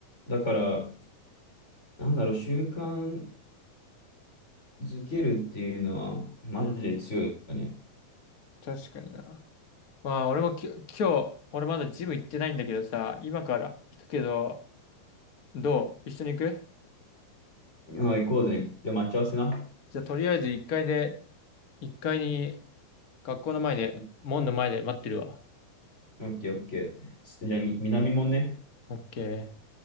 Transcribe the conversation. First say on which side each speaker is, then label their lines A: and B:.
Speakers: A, on the left; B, on the left.
A: だから、なんだろう、習慣、ズケるっていうのは、マジで強いよね。
B: 確かにな。まあ、俺もき、今日、俺まだジム行ってないんだけどさ、今から行くけど、どう一緒に行く
A: はい、行こうぜ。じゃあ、待ち合わせな。
B: じゃあ、とりあえず1階で、1階に学校の前で、
A: オ
B: 門の前で待ってるわ。
A: ッケー、オッケー。じゃあ、に南もんね。
B: オッケー。